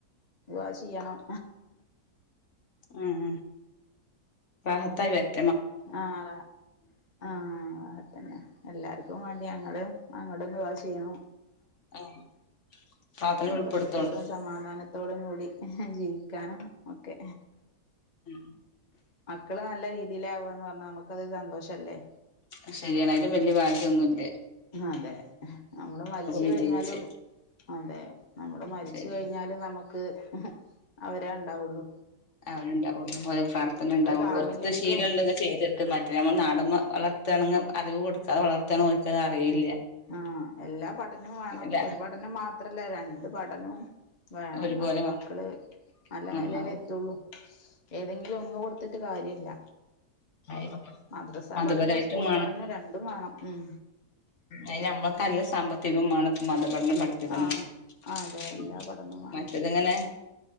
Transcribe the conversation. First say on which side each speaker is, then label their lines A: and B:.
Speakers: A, on the left (about 35°); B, on the left (about 55°).
A: ദുആ ചെയ്യണം
B: ഉം റാഹത്തായിവരട്ടെ
A: ആ ആതെ ആ അതന്നെ എല്ലാർക്കും വേണ്ടി ഞങ്ങളേം അങ്ങടൊന്ന് ദുആ ചെയ്യണം
B: ആഹ് പ്രാർത്ഥനയിൽ
A: സന്തോഷത്തോടും
B: ഉൾപ്പെടുത്തോണ്ട്
A: സമാധാന ത്തോടും കൂടി ജീവിക്കാനും ഒക്കെ
B: ഉം
A: മക്കള് നല്ല രീതിയിലാവുകന്ന് പറഞ്ഞാ നമുക്കത് ഒരു സന്തോഷല്ലേ
B: അത് ശരിയാണ് അതിലും വല്യ ഭാഗ്യഒന്നുല്ല
A: അതെ നമ്മള് മരിച്ച്
B: വിജയിച്ച്
A: കഴിഞ്ഞാലും അതെ നമ്മള് മരിച്ച്
B: ശരി
A: കഴിഞ്ഞാലും നമുക്ക് അവര ഉണ്ടാവുള്ളു
B: അവര് ഉണ്ടാവുള്ളൂ ഓരെ പ്രാർത്ഥന ഇണ്ടാവുള്ളൂ
A: കാണില്ലെങ്കിലും
B: ഓർക്കത് ശീലംണ്ടെ ചെയ്ത് മറ്റേ നമ്മ നാടമ്മ വളർത്തണെങ്കിൽ അറിവ് കൊടുക്കതെ വളർത്തണത് ഓര്ക്ക്അത് അറിയില്ല
A: ആഹ് എല്ലാ പഠനവും വേണം
B: ഇല്ല
A: ഒരു പഠനം മാത്രല്ലേ രണ്ട് പഠനവും വേണംന്നാല്ലേ
B: ഒരുപോലെ
A: മക്കള് നല്ല
B: വന്നാവും
A: നെലൽ എത്തുള്ളൂ ഏതെങ്കിലും ഒന്ന് കൊടു ത്തിട്ട് കാര്യല്ല
B: <unintelligible>
A: മദ്രസാ
B: മതപരായിട്ടും
A: പഠനം സ്കൂൾ പഠനോ രണ്ടും വേണം ഉം
B: അയ്ന് നമ്മക്ക് നല്ല സാമ്പത്തികംവേണം മതപഠനം പഠി
A: ആഹ് അതെ
B: <unintelligible>
A: എല്ലാ പഠനവും വേണം
B: മറ്റത്ങ്ങനെ